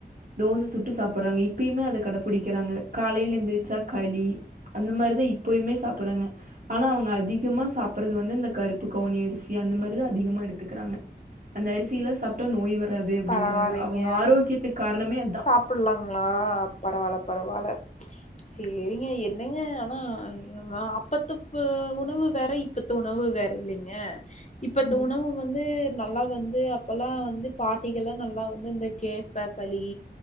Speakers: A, on the right; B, on the left.
A: தோச சுட்டு சாப்றாங்க இப்பயுமே அத கடப்பிடிக்கிறாங்க காலையில எந்துருச்சா களி அந்த மாரிதா இப்பயுமே சாப்றாங்க ஆனா அவுங்க அதிகமா சாப்ப ப்புறது வந்து இந்த கருப்பு கவுனி அரிசி அந்த மாரி தா அதிகமா எடுத்துக்கிறாங்க அந்த அரிசியல்லா சாப்ப நோய் வராது அப்டிங்கிறாங்க
B: பரவாயில்லைங்க
A: அவுங்க ஆரோக்கியத்துக்கு காரணமே அதான்
B: அப்பிடலாங்ளா பரவால்ல பரவால்ல சேரிங்க எங்க ஆனா அப்பத்து உணவு வேற இப்பத்த உணவு வேற இல்லைங்க இப்ப
A: ம்
B: த உணவு வந்து நல்லா வந்து அப்பல்லா வந்து பாட்டிகள்லா நல்லா வந்து இந்த கேப்ப களி